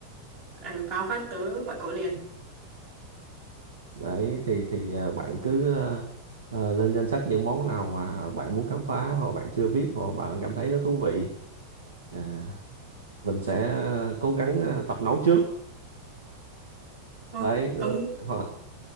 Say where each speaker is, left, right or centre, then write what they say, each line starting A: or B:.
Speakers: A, on the right; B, on the right.
A: Ờ, vào phát tớ gọi cậu liền
B: đấy thì thì ờ, bạn cứ ờ, ờ, lên danh sách những món nào mà bạn muốn khám phá hoặc bạn chưa biết hoặc bạn cảm thấy nó thú vị À, mình sẽ cố gắng ờ, tập nấu trước
A: thôi
B: đấy
A: tớ
B: hoặc là